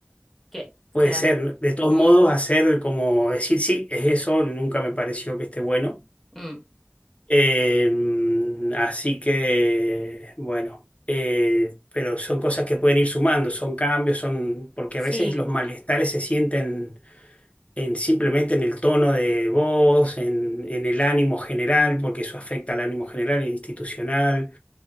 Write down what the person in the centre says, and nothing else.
Que
sean...
Mm,
mm,
sí,